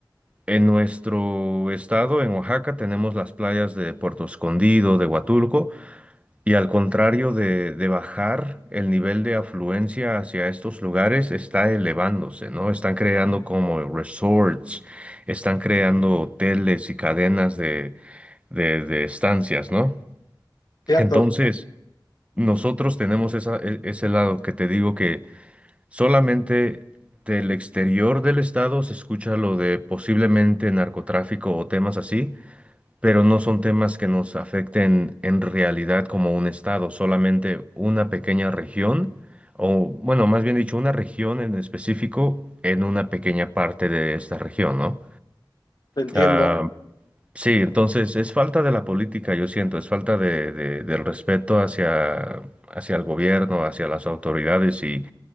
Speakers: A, on the right; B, on the left.
A: En nuestro estado, en Oaxaca, tenemos las playas de Puerto Escondido, de Huatulco, y al contrario de, de bajar, el nivel de afluencia hacia estos lugares está elevándose, ¿no? Están creando como resorts, están creando hoteles y cadenas de, de, de estancias, ¿no?
B: Cierto,
A: Entonces, nosotros tenemos esa, e- ese lado que te digo que solamente del exterior del estado se escucha lo de posiblemente narcotráfico o temas así pero no son temas que nos afecten en realidad como un estado, solamente una pequeña región, o bueno, más bien dicho, una región en específico en una pequeña parte de esta región, ¿no?
B: te entiendo.
A: Ah, sí, entonces es falta de la política, yo siento, es falta de, de- del respeto hacia, hacia el gobierno, hacia las autoridades y,